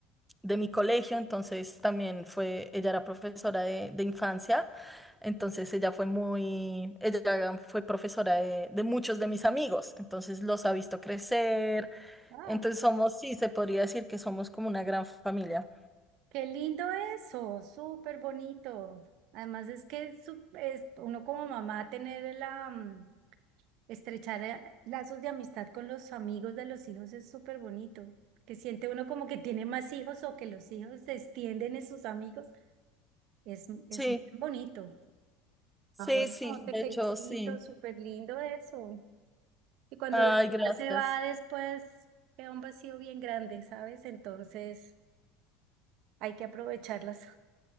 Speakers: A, in the centre; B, on the right.
A: de mi colegio, entonces también fue, ella era profesora de, de infancia. Entonces ella fue muy, ella fue profesora de, de muchos de mis amigos, entonces los ha visto crecer,
B: Ay,
A: entonces somos, sí, se podría decir que somos como una gran familia.
B: qué lindo eso, súper bonito. Además es que es, su- es uno como mamá tener la, mm, Estrechar eh, lazos de amistad con los amigos de los hijos es súper bonito. Que siente uno como que tiene más hijos o que los hijos se extienden en sus amigos. Es, es
A: Sí,
B: bonito.
A: sí,
B: Ah, bueno,
A: sí,
B: te
A: de
B: felicito,
A: hecho, sí.
B: súper lindo eso. Y cuando
A: Ay,
B: la
A: gracias.
B: mamá se va después, queda un vacío bien grande, ¿sabes? Entonces hay que aprovecharlas,